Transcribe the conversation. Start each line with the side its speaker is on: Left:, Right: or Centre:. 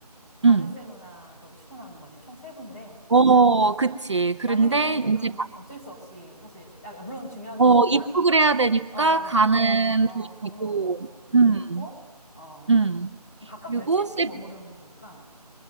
Left: 바르셀로나도
Right: 응.
Left: 추천하는 거지. 총 세 군데.
Right: 어, 그치.
Left: 마드리드는
Right: 그런데 이제
Left: 좀 강, 어쩔 수 없이 사실, 야, 물론 중요한
Right: 어
Left: 도시지만,
Right: 입국을 해야 되니까
Left: 어, 입국을,
Right: 가는
Left: 어,
Right: 도시고
Left: 경로이기도
Right: 음.
Left: 하고, 어,
Right: 음.
Left: 각각
Right: 그리고
Left: 며칠씩
Right: 세비아까지.
Left: 머무르면 좋을까?